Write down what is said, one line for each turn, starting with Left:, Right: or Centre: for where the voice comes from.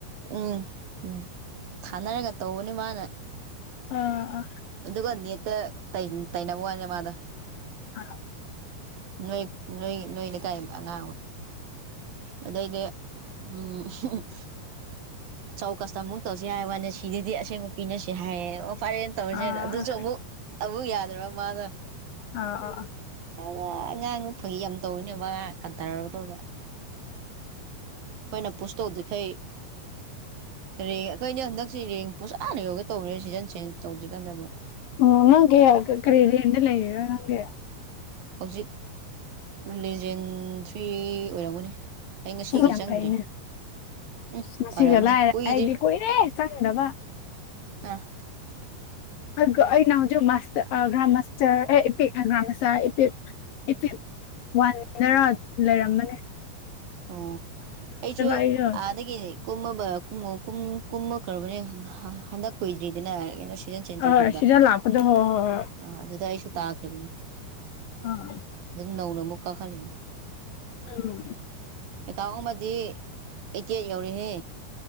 Right: ꯎꯝ ꯎꯝ ꯊꯥꯅꯔꯒ ꯇꯧꯕꯅꯤ ꯃꯥꯅ
Left: ꯑꯥ ꯑꯥ
Right: ꯑꯗꯨꯒ ꯅꯦꯛꯇ ꯇꯩ ꯇꯩꯅꯕꯩ ꯋꯥꯅꯦ ꯃꯥꯅ
Left: ꯑ
Right: ꯅꯣꯏ ꯅꯣꯏ ꯅꯣꯏꯅ ꯀꯥꯏ ꯑꯉꯥꯡ ꯑꯗꯩꯗꯤ ꯎꯝ ꯆꯧꯀꯁꯇ ꯑꯃꯨꯛ ꯇꯧꯁꯤ ꯍꯥꯏꯕ ꯋꯥꯅꯤ ꯁꯤꯗꯗꯤ ꯑꯁꯦꯡꯕ ꯄꯤꯅꯁꯤ ꯍꯥꯏꯌꯦ ꯑꯣ ꯐꯔꯦ ꯇꯧꯔꯁꯦꯅ
Left: ꯑꯥ
Right: ꯑꯗꯨꯁꯨ ꯑꯃꯨꯛ ꯑꯃꯨꯛ ꯌꯥꯗ꯭ꯔꯕꯥꯃꯥꯅ
Left: ꯑ
Right: ꯑꯗ ꯑꯉꯥꯡꯅ ꯐꯒꯤ ꯌꯥꯝ ꯇꯧꯕꯅꯦꯕ ꯀꯟꯗꯔꯒ ꯇꯧ ꯑꯩꯈꯣꯏꯅ ꯄꯨꯁ ꯇꯧꯗ꯭ꯔꯤꯈꯩ ꯔꯦꯡ ꯑꯩꯈꯣꯏꯅꯦ ꯍꯟꯗꯛꯁꯤ ꯔꯦꯡ ꯄꯣꯁꯑ ꯌꯧꯒꯦ ꯇꯧꯕꯅꯦ ꯁꯤꯖꯟ ꯆꯦꯟꯖ ꯇꯧꯗ꯭ꯔꯤ ꯀꯥꯟꯗꯕꯣ
Left: ꯑꯣ ꯅꯪ ꯀꯌꯥ ꯀ ꯀꯔꯤ ꯔꯟꯗ ꯂꯩꯔꯤ ꯅꯣ ꯅꯥꯪꯗꯤ
Right: ꯍꯧꯖꯤꯛ ꯂꯤꯖꯦꯟ ꯗꯔ꯭ꯤ ꯑꯣꯏꯔꯝꯒꯅꯤ ꯑꯩ ꯉꯁꯤꯒꯤ
Left: ꯑꯁ ꯌꯥꯝ
Right: ꯆꯪꯗ꯭ꯔꯤ
Left: ꯐꯩꯅꯦ
Right: ꯎꯝ
Left: ꯉꯁꯤꯒ
Right: ꯐꯔꯝꯅꯤ
Left: ꯂꯥꯏꯔ
Right: ꯀꯨꯏꯗ꯭ꯔꯤ
Left: ꯑꯩꯗꯤ ꯀꯨꯏꯔꯦ ꯆꯪꯗꯕ
Right: ꯑ
Left: ꯑꯩꯩꯅ ꯍꯧꯖꯤꯛ ꯃꯥꯁꯇꯔ ꯑ ꯒꯔꯅ ꯃꯥꯁꯇꯔ ꯏꯄꯤꯞ ꯏꯄꯤꯞ ꯋꯥꯟꯅꯔ ꯂꯩꯔꯝꯃꯅꯤ
Right: ꯑꯣ ꯀꯩꯁꯨ
Left: ꯑꯩꯗꯣ
Right: ꯑꯗ ꯅꯦ ꯀꯨꯝꯃꯕ ꯀꯝ ꯀꯨꯝꯃꯈ꯭ꯔꯕꯅꯦ ꯍꯟꯗꯛ ꯀꯨꯏꯗ꯭ꯔꯤꯗꯅ ꯁꯤꯖꯟ ꯁꯤꯖ ꯇꯧꯈꯤꯕꯗꯣ
Left: ꯑꯍꯣꯏ ꯁꯤꯗ ꯂꯥꯛꯄꯗꯣ ꯍꯣꯏ ꯍꯣꯏ
Right: ꯑꯥ ꯑꯗꯨꯗ ꯑꯩꯁꯨ ꯇꯥꯈꯤꯕꯅꯤ <inaudible>
Left: ꯑꯥ
Right: ꯑꯗꯨꯝ ꯅꯧꯅ ꯑꯃꯨꯛ ꯀꯥꯈꯠꯂꯤꯅꯦ
Left: ꯎꯂ
Right: ꯑꯦꯀꯥꯎ ꯑꯃꯗꯤ ꯑꯩꯠꯇꯤ ꯑꯩꯠ ꯌꯧꯔꯛꯍꯦ